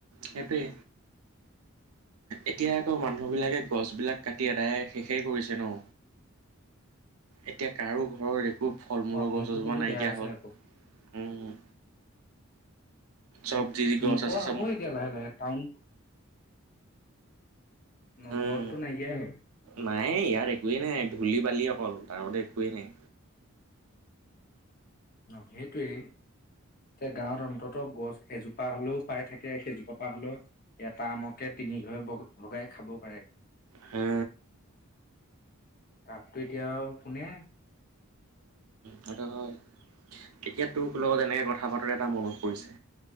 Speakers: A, on the right (about 80°); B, on the left (about 40°).
A: সেইটোৱে এতিয়া আকৌ মানুহ বিলাকে গছ বিলাক কাটি আদায় শেষেই কৰিছে ন? এতিয়া কাৰো ঘৰৰ একো ফল মূলৰ
B: অ সেইটো
A: গছ এজোপা
B: কিন্তু
A: নাইকিয়া
B: বেয়া হৈছে
A: হ'ল,
B: আকৌ
A: উম। চব
B: অ
A: যি-যি গছ
B: নোপোৱা
A: আছে
B: হ'বই
A: চব
B: এতিয়া লাহে লাহে টাউন নগৰতটো
A: উম,
B: নাইকিয়াই হ'ল।
A: নাই ইয়াত একোৱেই নাই ধূলি বালি অকল তাৰগতে একোৱেই নাই।
B: অ সেইটোৱে। যে গাঁৱত অন্তত গছ এজোপা হলেও পাই থাকে, সেইজোপা হলেও এটা আমকে তিনি ঘৰে ভগাই খাব পাৰে।
A: হা
B: তাততো এতিয়া কোনে
A: হেতু হয়। তেতিয়া তোক লগত এনেকৈ কথা পাতোতে এটা মনত পৰিছে।